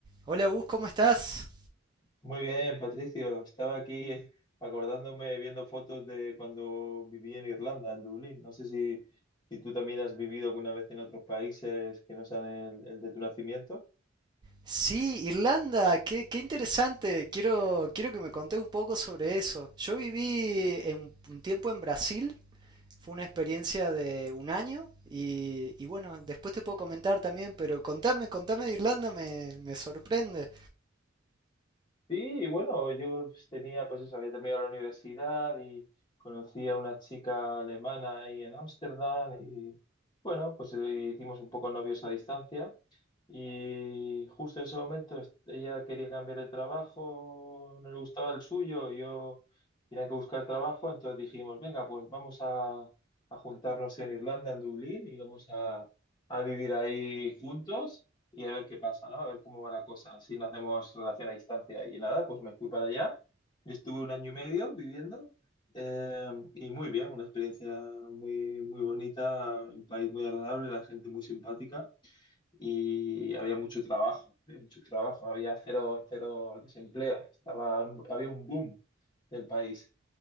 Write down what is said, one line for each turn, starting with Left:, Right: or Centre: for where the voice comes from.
Right: Hola Gus, ¿cómo estás?
Left: Muy bien, Patricio. Estaba aquí eh, acordándome, viendo fotos de cuando viví en Irlanda, en Dublín. No sé si, si tú también has vivido alguna vez en otros países que no sean el, el de tu nacimiento.
Right: Sí, Irlanda, qué, qué interesante. Quiero, quiero que me contés un poco sobre eso. Yo viví en, un tiempo en Brasil, fue una experiencia de un año y, y bueno, después te puedo comentar también, pero contame, contame de Irlanda, me, me sorprende.
Left: Sí, y bueno, yo tenía, pues eso, había terminado la universidad y conocí a una chica alemana ahí en Ámsterdam y bueno, pues eh, hicimos un poco novios a distancia y justo en ese momento est- ella quería cambiar de trabajo, no le gustaba el suyo, yo tenía que buscar trabajo, entonces dijimos, venga, pues vamos a, a juntarnos en Irlanda, en Dublín y vamos a, a vivir ahí juntos y a ver qué pasa, ¿no? A ver cómo va la cosa, si no hacemos relación a distancia. Y nada, pues me fui para allá. Yo estuve un año y medio viviendo eh, y muy bien, una experiencia muy, muy bonita, un país muy agradable, la gente muy simpática y había mucho trabajo, había mucho trabajo, había cero, cero desempleo, estaba, había un boom del país.